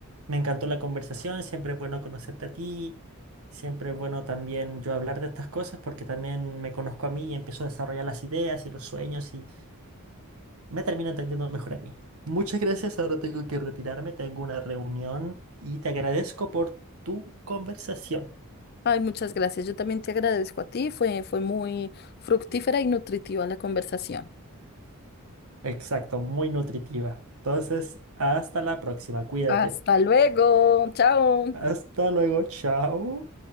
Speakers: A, on the right; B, on the left.
A: me encantó la conversación, siempre es bueno conocerte a ti, siempre es bueno también yo hablar de estas cosas porque también me conozco a mí y empiezo a desarrollar las ideas y los sueños y me termino entendiendo mejor a mí. Muchas gracias, ahora tengo que retirarme, tengo una reunión y te agradezco por tu conversación.
B: Ay, muchas gracias. Yo también te agradezco a ti. Fue, fue muy fructífera y nutritiva la conversación.
A: Exacto, muy nutritiva. Entonces, hasta la próxima, cuídate.
B: Hasta luego. Chao.
A: Hasta luego, chao.